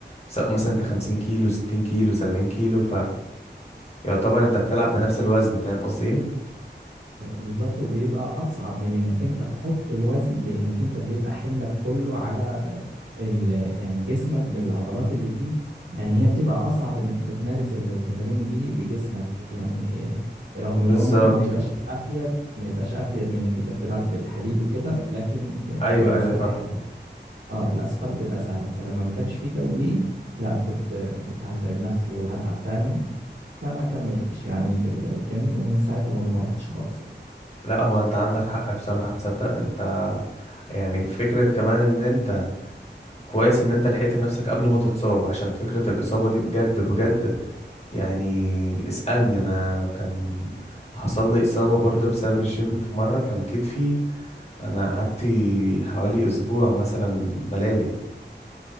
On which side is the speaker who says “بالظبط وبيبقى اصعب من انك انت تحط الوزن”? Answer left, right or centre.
Right